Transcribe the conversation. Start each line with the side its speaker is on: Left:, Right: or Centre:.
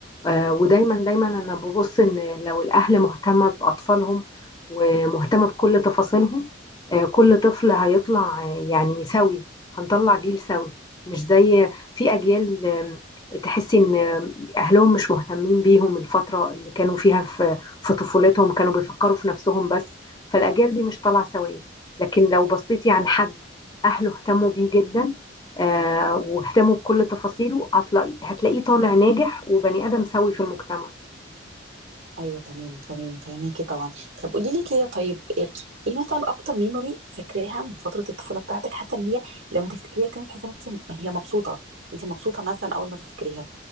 Left: آه، ودايما دايما أنا ببص إن لو الأهل مهتمة بأطفالهم ومهتمة بكل تفاصيلهم آه، كل طفل هيطلع آه، يعني سوي هنطلع جيل سوي مش زي في أجيال آه، تحسي إن آه، أهلهم مش مهتمين بيهم الفترة اللي كانوا فيها في في طفولتهم كانوا بيفكروا في نفسهم بس فالأجيال دي مش طالعة سوية لكن لو بصيتي عن حد اهله اهتموا بيه جدا آه، واهتموا بكل تفاصيله هتلاقي هتلاقيه طالع ناجح وبني ادم سوي في المجتمع
Right: ايوه تمام تمام فهميكي طبعا طب قولي لي كده طيب ايه إيه مثلا اكتر ميموري فاكراها من فتره الطفوله بتاعتك حاسه ان هي لما تفتكريها كانت تحسي ان انت هي مبسوطه انت مبسوطه مثلا اول ما تفتكريها